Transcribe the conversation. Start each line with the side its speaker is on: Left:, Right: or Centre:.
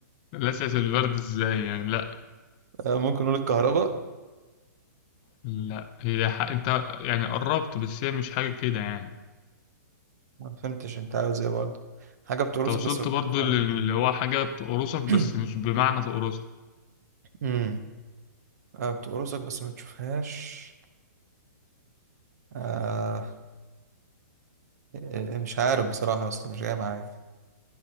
Left: الاساس البرد ازاي يعني لا
Right: <laughs> ممكن نقول الكهرباء
Left: لا هي ح... انت يعني قربت بس هي مش حاجة كده يعني
Right: ما فهمتش انت عاوز ايه برضه حاجة بتقرصك
Left: انت وصلت
Right: بس ما بتشوفهاش
Left: برضو اللي هو حاجة تقرصك بس
Right: <clears throat>
Left: مش بمعنى تقرصك
Right: امم آه، بتقرصك بس ما بتشوفهاش آه إيه- مش عارف بصراحة اصلا مش جاية معايا